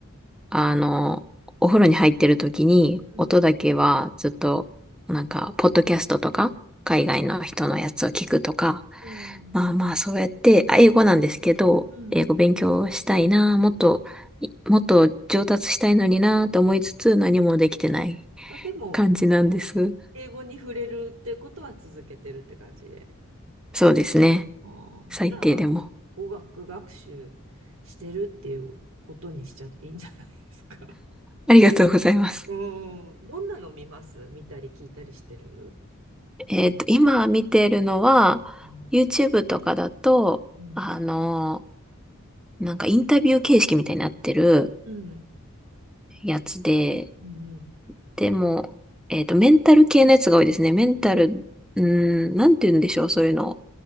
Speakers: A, in the centre; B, on the right.
A: あの、お風呂に入ってる時に、
B: うん。
A: 音だけはずっと、なんか、ポッドキャストとか、海外の人のやつを聞くとか、
B: うん。
A: まあまあ、そうやって、あ、英語なんですけど、
B: うん
A: 英語勉強したいな、もっと、いもっと上達したいのになと思いつつ、何もできてない
B: あ、でも、
A: 感じなんです。
B: 英語に触れるってことは続けてるって感じで。
A: そうですね。
B: ああ、
A: 最低でも。
B: じゃあ、語学学習してるっていうことにしちゃっていいんじゃないですか。
A: ありがとうございます。
B: <laughs> うん。どんなの見ます見たり聞いたりしてる
A: えっと、今見てるのは、
B: うん。
A: YouTube とかだと、
B: うん。
A: あのなんかインタビュー形式みたいになってる
B: うん。
A: やつで、
B: うん。
A: でも、えっと、メンタル系のやつが多いですね。メンタル、うーん、なんて言うんでしょう、そういうの。